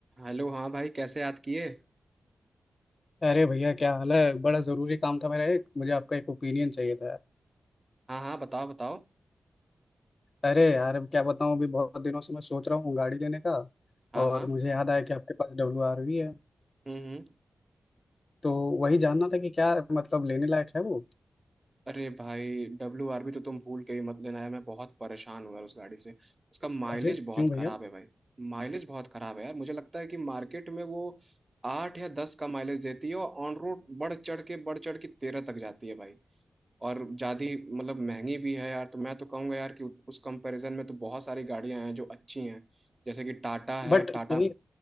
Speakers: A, on the right; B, on the left.
A: Hello हाँ भाई कैसे याद किए
B: अरे भैया क्या हाल है बड़ा ज़रूरी काम था मेरा एक मुझे आपका एक ओपिनियन चाहिए था
A: हाँ हाँ बताओ बताओ
B: अरे यार अब क्या बताऊँ अभी बहुत दिनों से मैं सोच रहा हूँ गाड़ी लेने का
A: हाँ
B: और
A: हाँ
B: मुझे याद आया कि आपके पास डब्ल्यू आर वी है
A: हम्म हम्म
B: तो वही जानना था कि क्या मतलब लेने लायक है वो
A: अरे भाई डब्ल्यू आर बी तो तुम भूल के भी मत लेना यार मैं बहुत परेशान हूँ यार उस गाड़ी से उसका माइलेज
B: अरे
A: बहुत
B: क्यों भैया
A: खराब है भाई माइलेज बहुत खराब है यार मुझे लगता है कि मार्केट में वो आठ या दस का माइलेज देती है और ऑन रोड बढ़ चढ़ के बढ़ चढ़ के तेरह तक जाती है भाई और ज़्यादा मतलब महंगी भी है यार तो मैं तो कहूँगा यार कि उस कंपैरिजन में तो बहुत सारी गाड़ियां हैं जो अच्छी हैं जैसे कि टाटा है
B: बट
A: टाटा
B: यही